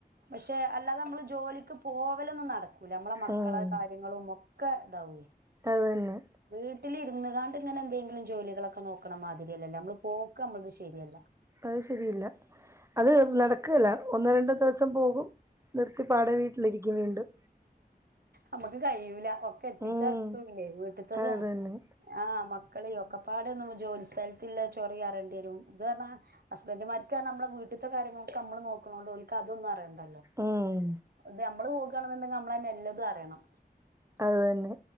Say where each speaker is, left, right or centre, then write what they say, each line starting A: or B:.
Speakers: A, on the right (about 75°); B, on the right (about 20°).
A: പക്ഷെ അല്ലാതെ നമ്മള് ജോലിക്ക് പോവലൊന്നും നടക് ക്കുല മ്മളെ മക്കളെ
B: ഉം
A: കാര്യങ്ങളുമൊക്കെ ഇതാവും
B: അത് തന്നെ
A: വീട്ടിലിരുന്ന്കാണ്ട് ഇങ്ങനെ എന്തെങ്കിലും ജോലികളൊക്കെ നോക്കണ മാതിരിയല്ലല്ലേ നമ്മള് പോക്ക് നമ്മളത് ശരിയല്ല
B: അത് ശരിയില്ല അത് നടക്കേല ഒന്നോ രണ്ടോ ദിവസം പോകും നിർത്തി പാടേ വീട്ടിലിരിക്കും വീണ്ടും
A: അമ്മക്ക് കയ്യൂല ഒക്കെ എത്തിച്ചാ
B: ഉം
A: എത്തൂല്ലേ വീട്ട്ത്തതും
B: അത് തന്നെ
A: ആഹ് മക്കള് ഒക്കെപ്പാടെ ഒന്നും ജോലി സ്ഥലത്തില്ല ചൊറിയാറേണ്ടി വരും ഇത് പറഞ്ഞാ ഹസ്ബൻഡുമാർക്ക് നമ്മളെ വീട്ട്ത്തെ കാര്യങ്ങളൊക്കെ അമ്മള് നോക്കണോണ്ട് ഓൽക്ക് അതൊന്നും അറിയണ്ടല്ലോ
B: ഉം
A: ഇത് നമ്മള് നോക്കുകയാണെന്നുണ്ടെങ്കി നമ്മളന്നെ എല്ലാതും അറിയണം
B: അത് തന്നെ